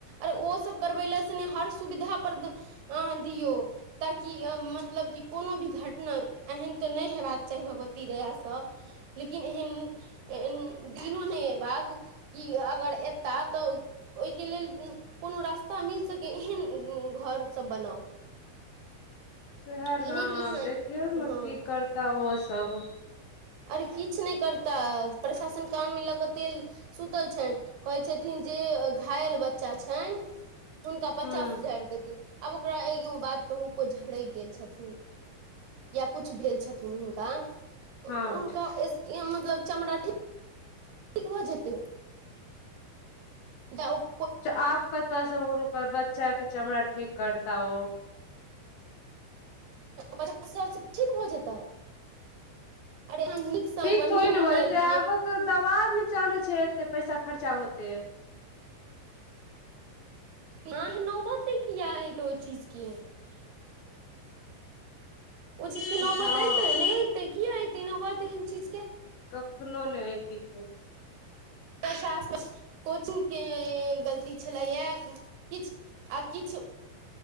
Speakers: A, on the right (about 65°); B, on the left (about 60°).
A: आर ओ सभ करबै ल से नहि हर सुविधा पर अ दियौ ताकि मतलब कि कोनो भी घटना एहन तऽ नहि हेबाक चाही भगवती दयासँ लेकिन एहन दिनो नहि अयबाक कि अगर एता तऽ ओहिके लेल कोनो रास्ता मिल सकै एहन घरसभ बनाउ
B: सेहे
A: ई
B: न
A: नहि
B: आ
A: कि हँ
B: देखियौ न
A: हँ
B: की करता ओ सब
A: अरे किछु नहि करता प्रशासन कान मे लऽ कऽ तेल सुतल छनि कहै छथिन जे घायल बच्चा छनि हुनका पचास
B: हूँ
A: हजार देतै आब ओकरा एगो बात कहू कोय झरैक गेल छथुन या कुछ भेल छथुन हुनका तऽ
B: हँ
A: हुनका मतलब चमराठी ठीक भऽ जेतै द उ
B: आप पता बच्चाक के चमड़ा ठीक करता ओ
A: पच ठीक भऽ जेतै अरे समय
B: ठीक
A: पर नीक
B: थोड़े ने
A: निर्णय
B: हो जाय
A: लेतियै
B: छै आबक दवाबमे चलै छै एते पैसा खर्चा होते
A: न नौबते किया हयत ओहि चीजके ओ चीजके
B: हँ
A: नौबत अयतै नहि अतै किए अतै नौबत एहन चीजके
B: कखनो ने हयती से
A: <unintelligible> कोचिंग के गलती छलैया किछ आ किछ